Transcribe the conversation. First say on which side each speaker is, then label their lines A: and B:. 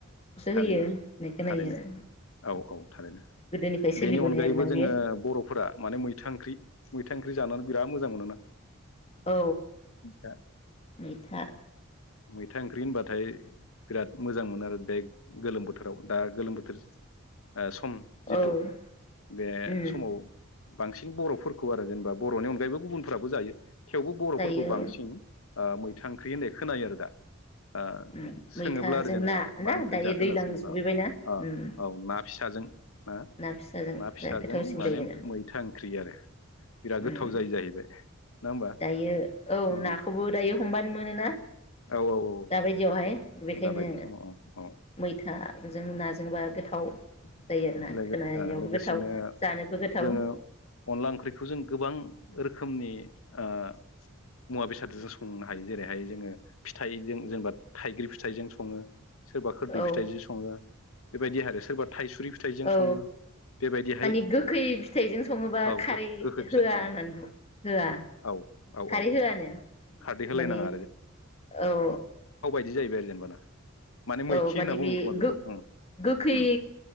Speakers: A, on the left; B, on the left.
A: थारैनो
B: होयो होननाय खोनायो
A: थारैनो
B: आरो
A: औ औ थारैनो
B: गोदोनिफ्राय सोलिबोनाय
A: बेनि अनगायैबो
B: आरोना बेयो
A: जोङो बर'फोरा माने मैथा ओंख्रि मैथा ओंख्रि जानानै बिराद मोजां मोनोना?
B: औ
A: दा
B: मैथा
A: था ओंख्रि होनबाथाय बिराद मोजां मोनो आरो बे गोलोम बोथोराव दा गोलोम बोथोर ओ सम जिथु
B: औ
A: बे
B: उम
A: समाव बांसिन बर'फोरखौ आरो जेनेबा बर'नि अनगायैबो गुबुनफोराबो जायो। थेवबो
B: जायो
A: बर'फोरखौ
B: औ
A: बांसिन ओ मैथा ओंख्रि होननाय खोनायो आरो दा ओ
B: उम
A: सोङोब्ला
B: मैथाजों
A: आरो जेनेबा
B: ना
A: मा
B: ना
A: ओंख्रि
B: दायो
A: जाखो
B: दैज्लां
A: होनना सोङोब्ला
B: सफैबायना‌
A: अ
B: उम
A: औ ना फिसाजों ना
B: फिसाजों
A: ना फिसाजों
B: जा गोथावसिन
A: माने
B: जायो आरो
A: मैथा ओंख्रि आरो बिराद
B: उम
A: गोथाव जायो जाहैबाय। नङा होमबा
B: दायो औ
A: अ
B: नाखौबो दायो हमबानो मोनोना?
A: औ औ
B: दाबायदियावहाय बेखायनो
A: दाबायदि समाव ओं
B: मैथाजों नाजोंबा गोथाव
A: <unintelligible>
B: जायो आरोना
A: ओ
B: खोनानायावबो
A: लोगोसेनो
B: गोथाव जानोबो गोथाव
A: जोङो अनला ओंख्रिखौ जों गोबां रोखो खोमनि ओ मुवा बेसादजो जों संनो हायो जेरैहाय जोङो फिथाइजों जेनेबा थाइग्रि फिथाइजों सङो सोरबा खोरदै
B: औ
A: फिथाइजो सङो। बेबायदि आरो सोरबा थाइसुरि फिथाइजों
B: औ
A: सङो बेबायदिहाय
B: मानि गोखै फिथाइजों सङोबा
A: औ
B: खारै
A: गोखै फिथाइ
B: होआ होननानै होआ
A: औ औ
B: खारै
A: औ
B: होआनो
A: खारदै होलायनाङा
B: माने औ
A: बिदि जाहैबाय आरो जेनबा ना?
B: औ
A: मैखि
B: माने
A: होनना बुङो
B: बे
A: खोमा बेखौ
B: गो-गोखै
A: ओं ओम